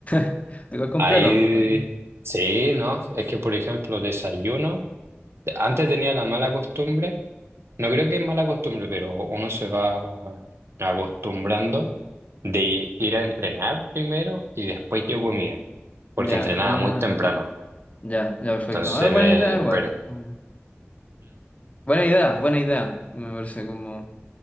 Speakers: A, on the left; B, on the right.
A: <laughs> Igual completo.
B: Ahí,
A: Bueno,
B: sí, ¿no? Es que, por ejemplo, desayuno. Antes tenía la mala costumbre No creo que es mala costumbre, pero uno se va acostumbrando de ir a entrenar primero y después yo comía, porque
A: ya,
B: entrenaba
A: ah,
B: muy temprano.
A: ya. Ya, ya, perfecto.
B: Entonces
A: Ah, buena
B: me
A: idea,
B: desperté.
A: igual. como- Buena idea, buena idea. Me parece como